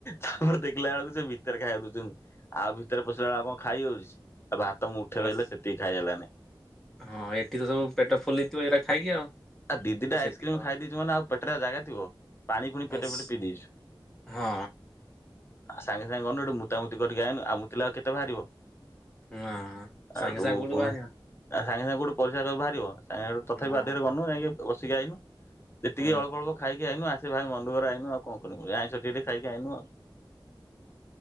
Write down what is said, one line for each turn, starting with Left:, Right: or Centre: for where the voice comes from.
Left: ତାପରେ ଦେଖିଲା ବେଳକୁ ସେ ଭିତ୍ ଭିତରେ ଖାଇବାକୁ ଦଉଛନ୍ତି ଆଉ ଭିତରେ ପଶିଲା ବେଳକୁ ଆଉ କଣ ଖାଇ ହଉଛି ଆଉ ଭାତ ମୁଠେ
Centre: ଏସ୍
Left: ରହିଲା ସେତିକି ଖାଇ ହେଲାନି
Centre: ହଁ ଏଠି ତ ସବୁ ପେଟ ଫୁଲିଥିବ ଏଇଟା ଖାଇକି ଆଉ ଆଉ
Left: ଆ ଦି ଦିଟା ଆଇସ୍କ୍ରିମ
Centre: ସେଠି କଣ
Left: ଖାଇ ଦେଇଛୁ ମାନେ ଆଉ ପେଟରେ ଆଉ ଜାଗା ଥିବ ପାଣି ପୁଣି ପେଟେ
Centre: ଏସ୍
Left: ପେଟେ ପିଇ ଦେଇଛୁ
Centre: ହଁ
Left: ହଁ ସାଙ୍ଗେ ସାଙ୍ଗ ନେ ଗୋଟେ ମୁତାମୁତି କରିକି ଆଇନ ଆଉ ମୁତିଲେ ଆଉ କେତେ ବାହାରିବ
Centre: ହଁ
Left: ଆଉଠୁ
Centre: ସାଙ୍ଗେ ସାଙ୍ଗେ କୁଠୁ
Left: ପୁଣି
Centre: ବାହାରିବା
Left: ସାଙ୍ଗେ ସାଙ୍ଗେ କୁଠୁ ପ‌ଇସା ତ ବାହାରିବ ସାଙ୍ଗେ ଗୋଟେ ତଥାିପି
Centre: ନା
Left: ବାଧ୍ୟରେ ବନ‌ଉ ଯାଇକି ବସିିକି ଆଇନୁ ଯେତିକି
Centre: ହୁଁ
Left: ଅଳ୍ପ ଅଳ୍ପ ଖାଇ <unintelligible> <unintelligible> ଆଇଁଷ ଟିକେ ଟିକେ ଖାଇକି ଆଇନୁ ଆଉ